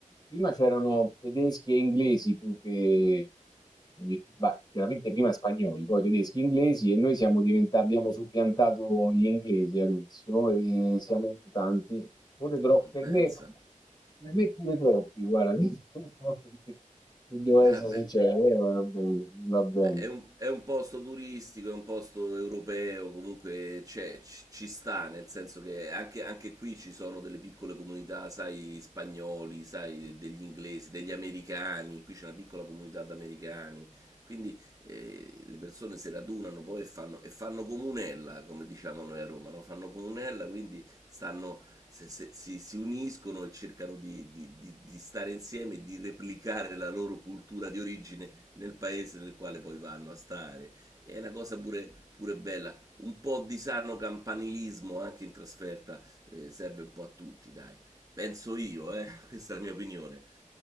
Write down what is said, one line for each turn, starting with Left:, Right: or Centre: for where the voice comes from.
Left: Prima c'erano tedeschi e inglesi più che... eh, Beh, chiaramente prima spagnoli, poi tedeschi e inglesi e noi siamo diventati, abbiamo suppiantato gli inglesi adesso e siamo tanti. Pure troppo,
Right: Mm,
Left: per
Right: Pensa.
Left: me, per me pure troppi, guarda, <laughs> devo essere
Right: Eh
Left: sincero,
Right: beh,
Left: eh, va bene, va bene.
Right: Beh, è un, è un posto turistico, è un posto europeo, comunque c'è, c- ci sta, nel senso che anche, anche qui ci sono delle piccole comunità, sai, spagnoli, sai, degli inglesi, degli americani, qui c'è una piccola comunità di americani, quindi eh, le persone si radunano poi e fanno, e fanno comunella, come diciamo noi a Roma, no? Fanno comunella, quindi stanno, se- se- si, si uniscono e cercano di, di di- di stare insieme e di replicare la loro cultura di origine nel paese nel quale poi vanno a stare. È una cosa pure, pure bella, un po' di sano campanilismo anche in trasferta eh, serve un po' a tutti, dai. Penso io, eh, <laughs> questa è la mia opinione.